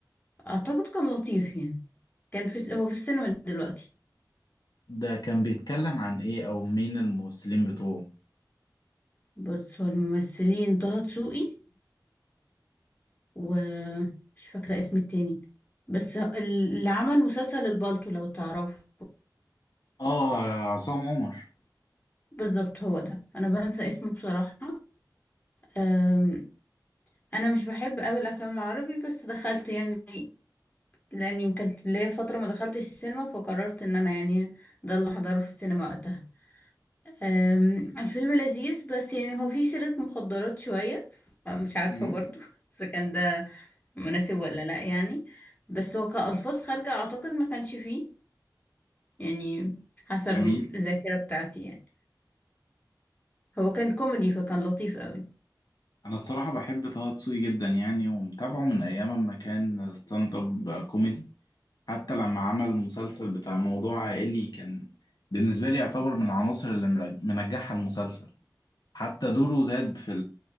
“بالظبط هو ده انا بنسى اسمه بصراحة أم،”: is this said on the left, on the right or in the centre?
Left